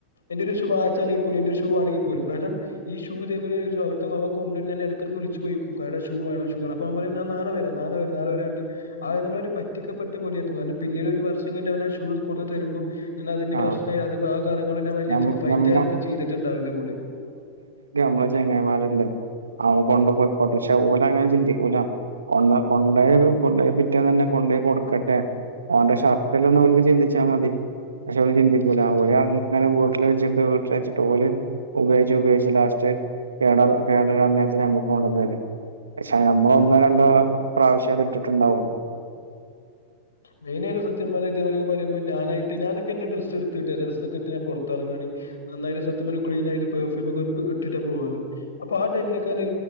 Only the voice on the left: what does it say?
എന്റെ വാച്ച് ആണ് പോലും എന്റെ ഒരു ഷൂ ആണ് കാരണം ഈ ഷൂ ഇതുപോലെ അവൻ കൊണ്ടു പോയിട്ട് ഞാൻ ഇടക്ക്, ഇടക്ക് വിളിച്ച് ചോദിക്കും ഷൂ വേണം ഷൂ വേണം അപ്പോ പറയും ഞാൻ നാള വരാം, നാളെ വരാം, നാളെ വരാം എന്നിട്ട് അവർ നമ്മളെ പ പറ്റിക്കപ്പെട്ട പോലെയാ തോന്ന കാരണം പിന്നീട് ഒരു വർഷം കഴിഞ്ഞിട്ട് അവൻ ആ ഷൂസ് കൊണ്ടു തരുമ്പം ഞാൻ അതിന്റെ
പ്രശ്നായി, അത് ആ കാരണം കൊണ്ട് ഞാൻ വലിയ
ഫൈറ്റ്
ആർക്കും ചെയ്തിട്ടുണ്ട് അവന്റെ കൂടെ.
സത്യം
അതിനൊരു സത്യം പറഞ്ഞ ഇതപോലക്കെ പറയുമ്പോ, ഞാനായിട്ടു ഞാനൊക്കെ എന്റെ ഡ്രസ് എടുത്തിട്ട് ഡ്രസ്ട്ട് പൊറത്തെറങ്ങുമ്പോ നന്നായിട്ട് സത്യം ക്ലീൻ ആയിട്ട് പെർഫ്യൂം ഒക്കെ ഇട്ടിട്ട പോവാറ്, അപ്പോ ആ ടൈമിലക്കെ ഇ